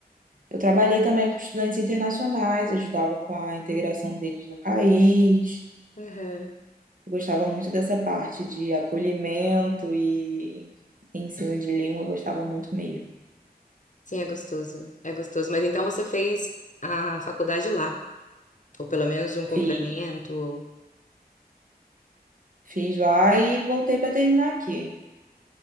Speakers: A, on the right; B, on the left.
A: eu trabalhei também com estudantes internacionais, ajudava com a integração deles no país.
B: Aham.
A: Eu gostava muito dessa parte de acolhimento e ensino de língua, eu gostava muito mesmo.
B: Sim, é gostoso. É gostoso. Mas então você fez a faculdade lá, ou pelo menos um complemento.
A: Fiz,
B: ou-
A: fiz lá e voltei para terminar aqui.